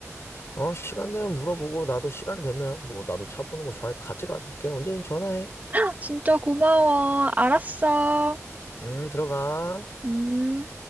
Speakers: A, on the left; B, on the right.
A: 어, 시간 되면 물어보고 나도 시간 되면 뭐 나도 차 보는 거 좋아하니까 같이 가줄게. 언제든 전화해.
B: 아, 진짜 고마워. 알았어.
A: 음, 들어가.
B: 음.